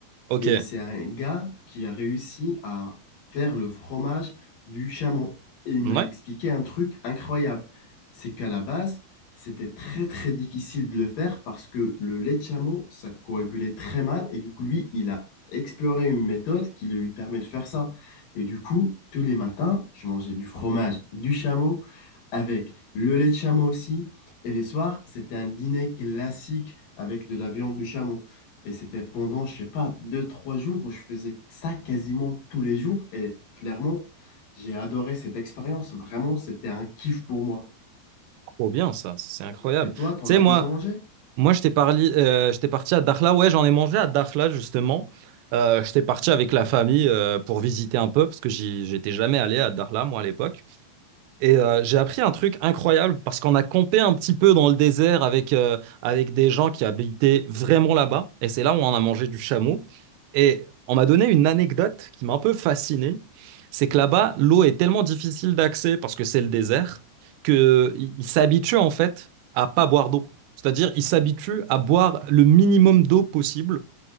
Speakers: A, on the right; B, on the left.
A: Ok.
B: Et c'est un gars qui a réussi à faire le fromage du chameau. Et il m'a
A: Ouais,
B: expliqué un truc incroyable. C'est qu'à la base, c'était très très difficile de le faire parce que le lait de chameau, ça coagulait très mal. Et du coup, lui, il a exploré une méthode qui lui permet de faire ça. Et du coup, tous les matins, je mangeais du fromage du chameau avec le lait de chameau aussi. Et les soirs, c'était un dîner classique avec de la viande du chameau. Et c'était pendant, je sais pas, deux, trois jours où je faisais ça quasiment tous les jours. Et clairement, j'ai adoré cette expérience. Vraiment, c'était un kiff pour moi.
A: trop bien ça, c'est incroyable.
B: Et toi,
A: Tu
B: t'en
A: sais,
B: as
A: moi,
B: déjà mangé?
A: Moi, j'étais parli- euh, j'étais parti à Dakhla. Ouais, j'en ai mangé à Dakhla, justement. Euh, j'étais parti avec la famille euh, pour visiter un peu, parce que j'y- j'étais jamais allé à Dakhla, moi, à l'époque. Et euh, j'ai appris un truc incroyable parce qu'on a campé un petit peu dans le désert avec, euh, avec des gens qui habitaient vraiment là-bas. Et c'est là où on a mangé du chameau. Et on m'a donné une anecdote qui m'a un peu fasciné. C'est que là-bas, l'eau est tellement difficile d'accès parce que c'est le désert qu'ils s'habituent en fait à pas boire d'eau. C'est-à-dire, ils s'habituent à boire le minimum d'eau possible